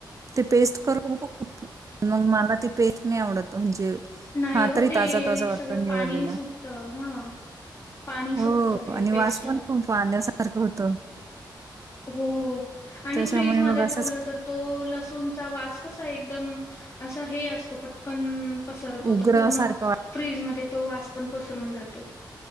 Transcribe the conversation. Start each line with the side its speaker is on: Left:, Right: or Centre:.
Right: ती पेस्ट करून होता खूप मग मला ती पेस्ट नाही आवडत म्हणजे
Left: नाही
Right: हा
Left: हो
Right: तरी
Left: ते
Right: ताज ताजा वाटत
Left: सगळं
Right: निवळलेला
Left: पाणी सुटतं हां, पाणी
Right: हो
Left: सुटतं ते
Right: आणि
Left: पेस्टला.
Right: वास पण खूप पाहण्यासारखं होत
Left: हो आणि
Right: त्याच्यामुळे
Left: फ्रीजमध्ये
Right: मग असंच
Left: ठेवलं तर तो लसूणचा वा कसा एकदम असा हे असतो पटकन पसरतो
Right: उग्र
Left: तर पूर्ण
Right: सारखं
Left: फ्रीजमध्ये तो वास पण पसरून जातो